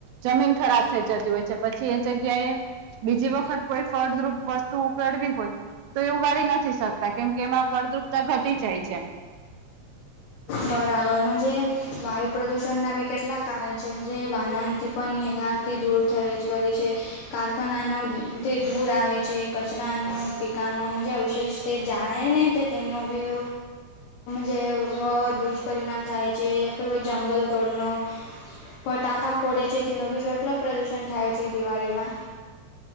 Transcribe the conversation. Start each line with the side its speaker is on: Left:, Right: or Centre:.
Right: જમીન ખરાબ થઈ જતી હોય છે પછી એ જગ્યાએ બીજી વખત કોઈ ફળદ્રુપ વસ્તુ ઉડવી હોય. તો એ ઉગાડી નથી શકતા કેમ કે એમાં ફળદ્રુપતા ઘટી જાય છે.
Left: બરાબર મજ જે. વાયુ પ્રદૂષણના બી કેટલા કારણ છે જે બાનાણથી પણ નિગારથી દૂર થરે જ કરે છે. કારખાનાનો તે ધૂર આવે છે કચરાનો પીકાનોજ અવશેષ. તે જાાયને તે તેનો બીજ જે. દુષ્પરિણામ થાય છે કોઈ જંગલ તોડનો. ફટાકા ફોડે છે તેનો ભી કેટલો પ્રદુષણ થાય છે દિવાળીમાં.